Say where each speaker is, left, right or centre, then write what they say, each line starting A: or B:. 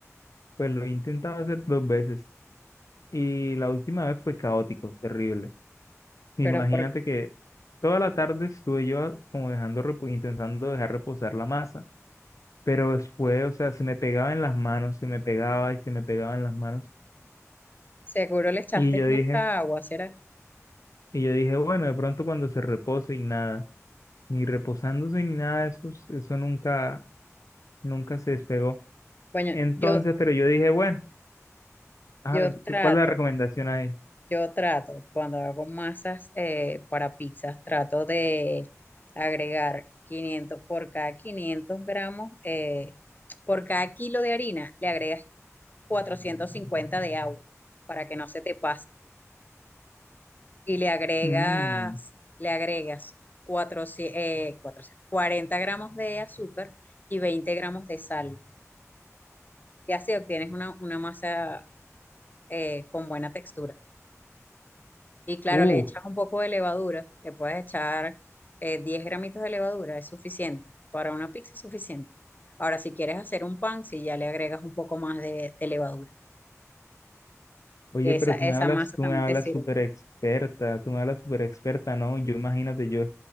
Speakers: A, on the left; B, on the left.
A: pues lo he intentado hacer dos veces. Y la última vez fue caótico, terrible. Imagínate
B: pero por,
A: que toda la tarde estuve yo como dejando, repo- intentando dejar reposar la masa. Pero después, o sea, se me pegaba en las manos, se me pegaba y se me pegaba en las manos.
B: Seguro le echaste
A: Y yo
B: mucha
A: dije,
B: agua, ¿será?
A: y yo dije, bueno, de pronto cuando se repose y nada. ni reposándose ni nada de eso, eso nunca, nunca se despegó.
B: Bueno,
A: Entonces,
B: yo,
A: pero yo dije, bueno, ah,
B: yo trato,
A: ¿cuál es la recomendación ahí?
B: yo trato, cuando hago masas eh, para pizzas, trato de agregar 500 por cada 500 gramos, eh, por cada kilo de harina, le agregas 450 de agua para que no se te pase. Y le agregas,
A: Mm,
B: le agregas 400 eh, 400, 40 gramos de azúcar y 20 gramos de sal. Y así obtienes una, una masa eh, con buena textura. Y claro,
A: uh,
B: le echas un poco de levadura, le puedes echar eh, 10 gramitos de levadura, es suficiente. Para una pizza es suficiente. Ahora, si quieres hacer un pan, si ya le agregas un poco más de, de levadura,
A: oye,
B: esa,
A: pero
B: esa
A: tú me hablas,
B: masa
A: tú
B: también
A: me hablas
B: te sirve.
A: súper experta, tú me hablas súper experta, ¿no? Yo imagínate, yo,